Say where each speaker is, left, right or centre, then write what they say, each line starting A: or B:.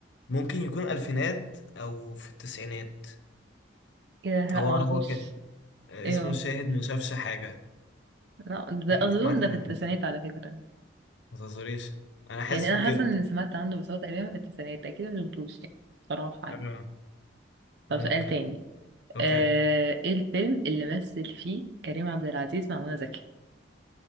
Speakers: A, on the left (about 75°); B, on the right (about 60°).
A: ممكن يكون ألفينات أو في التسعينات
B: ايه ده لا
A: هو
B: معرفوش
A: هو كان آه،
B: ايه
A: اسمه
B: هو
A: شاهد ما شافش حاجة
B: لا ده
A: أكيد
B: اظن
A: سمعتي
B: ده
A: عنه
B: في التسعينات على فكرة
A: ما تهزريش أنا حاسس
B: يعني انا
A: بكده
B: حاسة اني سمعت عنه بس هو تقريبا في التسعينات اكيد ما شفتوش يعني صراحة يعني
A: آه،
B: طب
A: ممكن
B: سؤال تاني
A: أوكي
B: آه، ايه الفيلم اللي مثل فيه كريم عبد العزيز مع منى زكي